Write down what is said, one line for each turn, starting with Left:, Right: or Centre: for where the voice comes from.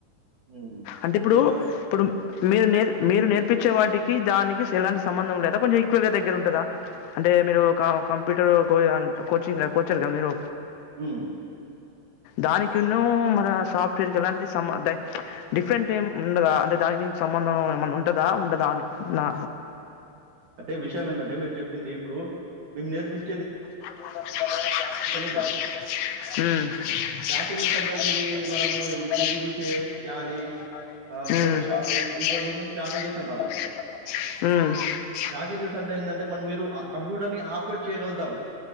Right: హ్మ్.
Left: అంటే ఇప్పుడు
Right: ఇదొక
Left: ఇప్పుడు మీరు నే మీరు నేర్పించే వాటికి దానికి సేలాంటి సంబంధం లేదా కొంచెం ఈక్వల్ గా దగ్గర ఉంటందా అంటే మీరు క కంప్యూటర్ కో అంటే కోచింగ్ కోచర్ కదా మీరు
Right: మ్మ్
Left: దానికున్ను మన సాఫ్ట్వేర్ కి ఎలాంటి సంబ డిఫరెంట్ ఏం ఉండదా అంటే దానికి దీనికి సంబంధం ఏమన్నా ఉంటదా ఉండదా అని నా
Right: అంటే విషయం ఏందంటే మీరు చెప్పింది ఇప్పుడు మేము నేర్పిం
Left: మ్మ్
Right: ఉంటాయి.
Left: మ్మ్
Right: ప్యాకేజెస్ అంటే ఏంటిది? మనకు ఎం పీజీడీసీఏ, టాలీ ఆహ్,
Left: మ్మ్
Right: ఫోటోషాపు ఇటువంటిని ప్యాకేజెస్ అంటాము. ప్యాకేజెస్ అంటే ఏందంటే మం మీరు ఆ కంప్యూటర్ ని ఆపరేట్ చేయగలుతాం